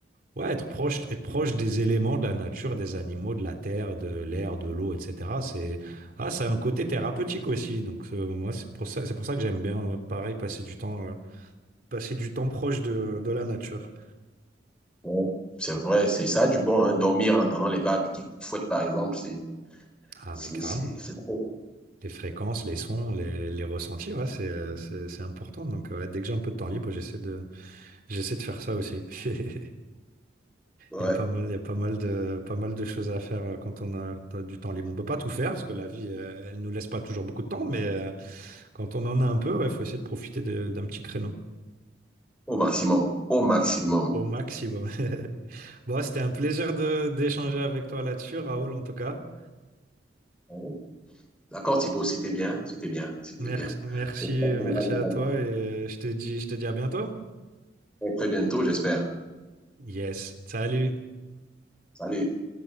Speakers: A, on the right; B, in the centre.
A: ouais, être, proche, être proche des éléments de la nature, des animaux, de la terre, de l'air, de l'eau, etc. C'est ah, ça a un côté thérapeutique aussi. Donc euh, moi, c'est pour ça, c'est pour ça que j'aime bien, euh, pareil, passer du temps, euh, passer du temps proche de, de la nature.
B: bon, c'est vrai, c'est ça a du bon, hein, dormir en entendant les vagues qui fouettent, par exemple, c'est,
A: Ah,
B: c'est,
A: mais carrément.
B: c'est, c'est trop.
A: Les fréquences, les sons, les, les ressentis, ouais, c'est, euh, c'est, c'est important. Donc, ouais, dès que j'ai un peu de temps libre, j'essaie de, j'essaie de faire ça aussi. <laughs>
B: Ouais,
A: Il y a pas mal, il y a pas mal de, pas mal de choses à faire euh, quand on a, t'as du temps libre. On peut pas tout faire parce que la vie, euh, elle nous laisse pas toujours beaucoup de temps, mais euh, quand on en a un peu, il faut essayer de profiter de- d'un petit créneau
B: au maximum, au maximum.
A: au maximum. <laughs> Bon, c'était un plaisir de d'échanger avec toi là-dessus, Raoul, en tout cas.
B: Oui. D'accord, Thibaut, c'était bien, c'était bien, c'était
A: Merci,
B: bien.
A: merci,
B: J'espère qu'on
A: merci
B: aura l'occasion
A: à toi et euh, je te dis, je te dis à bientôt.
B: très très bientôt, j'espère.
A: Yes, salut.
B: Salut.